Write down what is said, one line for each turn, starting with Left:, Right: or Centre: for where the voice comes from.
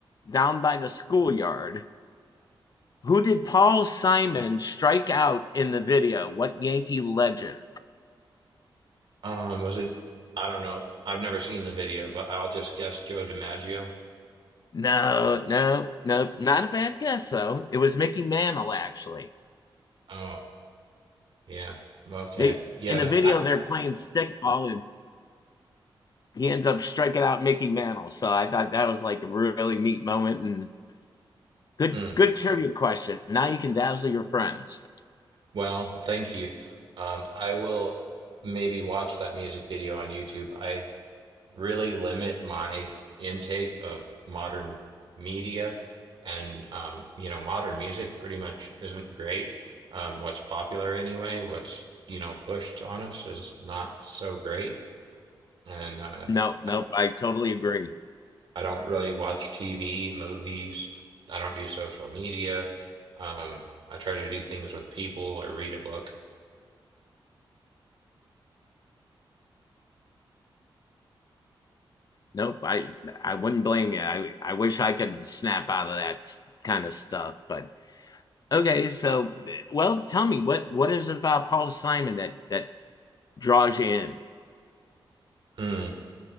Left: down by the schoolyard Who did Paul Simon strike out in the video? What Yankee legend?
Right: Um, was it? I don't know. I've never seen the video, but I'll just guess Joe DiMaggio.
Left: No, no, no. Not a bad guess, though. It was Mickey Mantle, actually.
Right: Oh, yeah. Okay.
Left: They
Right: Yeah.
Left: in the video they're playing stickball and he ends up striking out Mickey Mantle. So I thought that was like a really neat moment and good
Right: I. mm.
Left: good trivia question. Now you can dazzle your friends.
Right: Well, thank you. Um, I will maybe watch that music video on YouTube. I really limit my intake of modern media, and um, you know, modern music pretty much isn't great. Um, what's popular anyway, what's you know pushed on us is not so great, and uh,
Left: No, nope.
Right: I,
Left: I totally agree.
Right: I don't really watch TV, movies. I don't do social media. Um, I try to do things with people or read a book.
Left: Nope, I I wouldn't blame you. I I wish I could snap out of that kind of stuff, but okay. So, well, tell me what what is it about Paul Simon that that draws you in?
Right: Hmm.